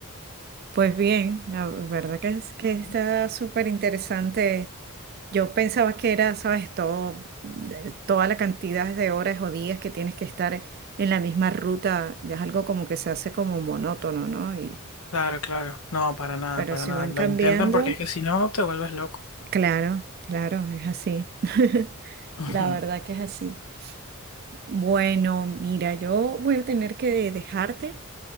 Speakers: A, on the right; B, on the left.
A: Pues bien, la verdad que, es, que está
B: Mm.
A: súper interesante. Yo pensaba que era, sabes, todo, de- toda la cantidad de horas o días que tienes que estar en la misma ruta, ya es algo como que se hace como monótono, ¿no? Y,
B: Claro, claro. No, para nada,
A: pero
B: para
A: si
B: nada.
A: van
B: Lo
A: cambiando,
B: intentan porque es que si no te vuelves loco.
A: claro, claro, es así. <laughs>
B: <laughs> Ujú.
A: La verdad que es así. Bueno, mira, yo voy a tener que dejarte